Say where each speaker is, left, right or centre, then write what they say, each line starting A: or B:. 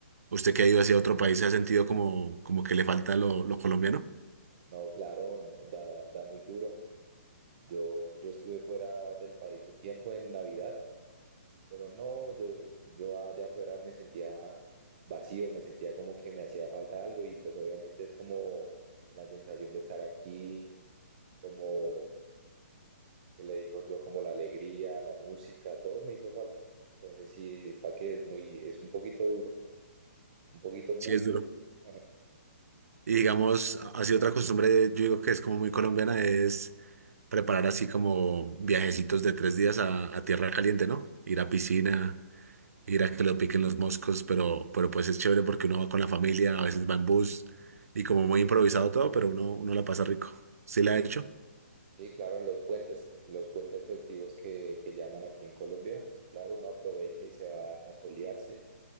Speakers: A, on the right; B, on the right.
A: ¿Usted que ha ido hacia otro país se ha sentido como, como que le falta lo, lo colombiano?
B: No, claro, no, da, da muy duro. Yo, yo estuve fuera del país un tiempo en Navidad Pero no, yo, yo allá afuera me sentía vacío, me sentía como que me hacía falta algo y pues obviamente es como la sensación de estar aquí, como, ¿qué le digo yo? Como la alegría, la música, todo me hizo falta. Entonces sí, para qué es muy, es un poquito duro, un poquito muy
A: Sí, es
B: duro.
A: duro.
B: Ajá.
A: Y digamos, así otra costumbre, yo digo que es como muy colombiana, es preparar así como viajecitos de tres días a, a tierra caliente, ¿no? Ir a piscina ir a que lo piquen los moscos, pero, pero pues es chévere porque uno va con la familia, a veces va en bus y como muy improvisado todo, pero uno, uno la pasa rico. ¿Sí la ha hecho?
B: Sí, claro, en los puentes, los puentes festivos que, que llaman aquí en Colombia, claro, uno aprovecha y se va a solearse